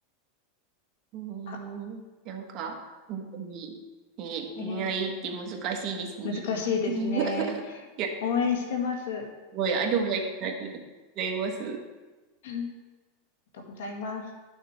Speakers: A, on the right; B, on the left.
A: うーん。
B: あ、
A: なんか、本当に、ね、
B: えー
A: 恋愛って難しいですね。
B: 難しいですね。
A: <laughs> いや、す
B: 応援してます。
A: ごいアドバイスありがとうございます。
B: <laughs> ありがとうございます。